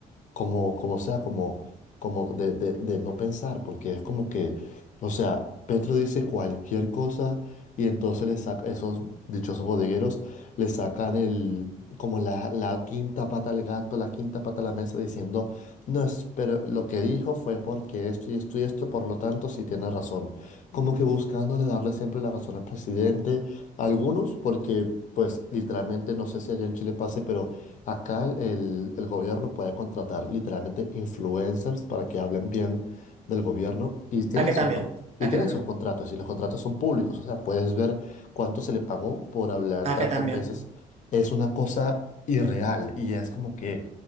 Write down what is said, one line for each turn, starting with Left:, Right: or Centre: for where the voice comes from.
Left: como, como sea, como, como de, de, de no pensar, porque es como que, o sea, Petro dice cualquier cosa y entonces le saca, esos dichosos bodegueros le sacan el, como la, la quinta pata al gato, la quinta pata a la mesa diciendo, no, es, pero lo que dijo fue porque esto y esto y esto, por lo tanto, sí tiene razón. Como que buscándole darle siempre la razón al presidente, algunos porque... Pues literalmente no sé si allá en Chile pase, pero Acá el, el- el gobierno puede contratar literalmente influencers para que hablen bien del gobierno y tienen
Right: Acá
Left: sus,
Right: también,
Left: con- y
Right: acá
Left: tienen
Right: también,
Left: sus contratos y los contratos son públicos, o sea, puedes ver cuánto se le pagó por hablar
Right: acá
Left: tantos
Right: también.
Left: meses. Es una cosa irreal y es como que,